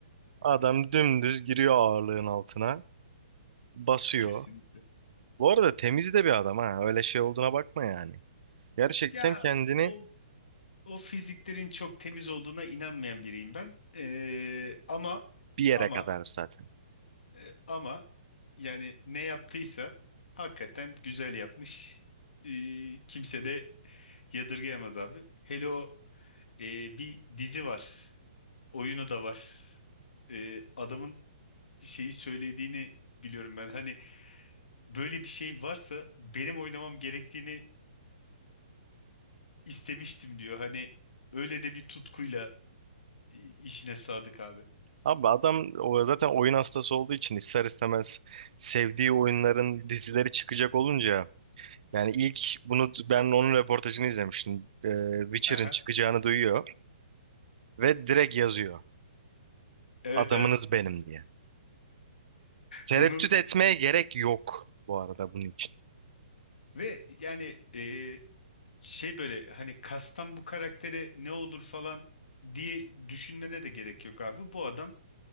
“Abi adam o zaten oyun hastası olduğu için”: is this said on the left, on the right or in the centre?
Right